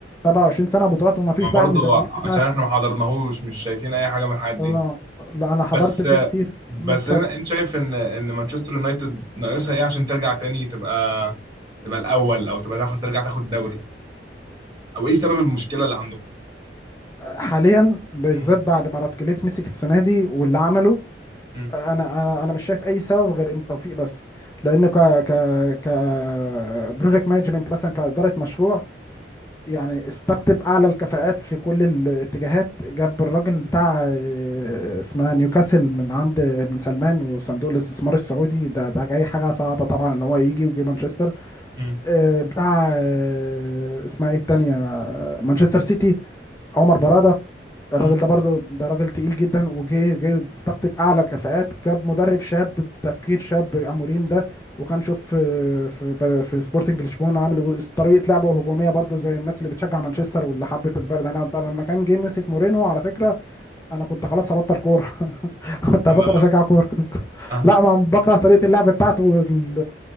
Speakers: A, on the left; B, on the right.
A: 27 سنه بطولات وما فيش
B: ما
A: بقى
B: برضه
A: الميزانيات
B: عشان
A: بتاعت
B: احنا ما حضرناهوش مش شايفين اي حاجه من الحاجات دي
A: اه لا انا حضرت
B: بس
A: فيه كتير
B: بس
A: مم، اتفضل
B: أنا- انت شايف ان ان مانشستر يونايتد ناقصها ايه عشان ترجع تاني تبقى تبقى الاول او تبقى تاخد ترجع تاخد دوري او ايه سبب المشكله اللي عندكم
A: حاليا بالذات
B: مم.
A: بعد ما رات كليف مسك السنه دي واللي عمله
B: مم.
A: انا انا انا مش شايف اي سبب غير ان التوفيق بس لانه ك ك ك بروجكت مانجمنت مثلا كاداره مشروع يعني استقطب اعلى الكفاءات في كل الاتجاهات جاب الراجل بتاع آه، اسمها نيوكاسل من عند ابن سلمان وصندوق الاستثمار السعودي ده ده جاي حاجه صعبه طبعا ان هو يجي وجي مانشستر
B: مم.
A: آه، بتاع آه، اسمها ايه التانيه آه، مانشستر سيتي عمر برادة الراجل
B: مم.
A: ده برضه ده راجل تقيل جدا وجه جاي يستقطب اعلى الكفاءات جاب مدرب شاب بتفكير شاب اموريم ده وكان شوف في في, في سبورتنج لشبونه عامل طريقه لعبه هجوميه برضه زي الناس اللي بتشجع مانشستر واللي حبت البلد انا أنا لما كان جه مسك مورينو على فكره انا كنت خلاص هبطل كوره <laughs> كنت
B: لا
A: هبطل
B: لا
A: اشجع كوره <laughs> لا
B: آه.
A: ما بكره طريقه اللعب بتاعته وال-